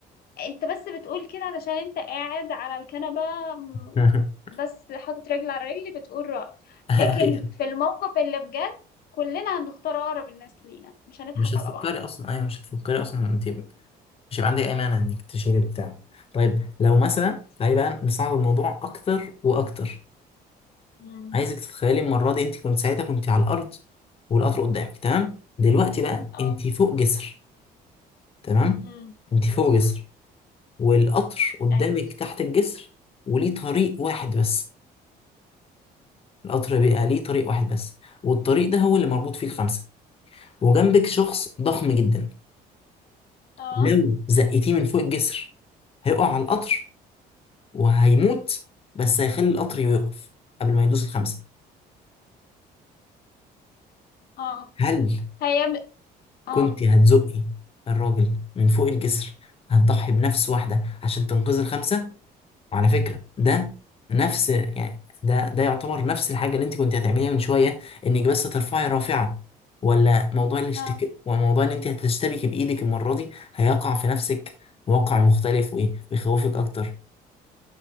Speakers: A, on the left; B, on the left.
A: انت بس بتقول كده علشان انت قاعد على الكنبة م-
B: <laughs>
A: بس حاطط رجل على رجل بتقول رأي
B: أيوة
A: لكن في الموقف اللي بجد كلنا هنختار أقرب الناس لينا مش هنضحك
B: مش هتفكري
A: على
B: أصلا أيوة مش هتفكري أصلا أنت مش هيبقى عندك اي مانع انك تشيل البتاع طيب لو
A: بعض
B: مثلا تعالي بقى نصعد الموضوع اكتر واكتر
A: امم
B: عايزك تتخيلي المره دي انت كنت ساعتها كنت على الارض والقطر قدامك تمام دلوقتي بقى
A: اه
B: انت فوق جسر تمام
A: امم
B: انت فوق جسر والقطر قدامك
A: أيوة.
B: تحت الجسر وليه طريق واحد بس القطر بقى ليه طريق واحد بس والطريق ده هو اللي مربوط فيه الخمسه وجنبك شخص ضخم جدا
A: اه
B: لو زقتيه من فوق الجسر هيقع على القطر وهيموت بس هيخلي القطر يقف قبل ما يدوس الخمسة
A: اه
B: هل
A: هي ب... اه
B: كنت هتزقي الراجل من فوق الجسر هتضحي بنفس واحدة عشان تنقذ الخمسة وعلى فكرة ده نفس يعني ده ده يعتبر نفس الحاجة اللي انت كنت هتعمليها من شوية انك بس ترفعي رافعة ولا موضوع الاشتكاء
A: آه.
B: وموضوع ان انت هتشتبكي بايدك المرة دي هيقع في نفسك واقع مختلف وايه ويخوفك اكتر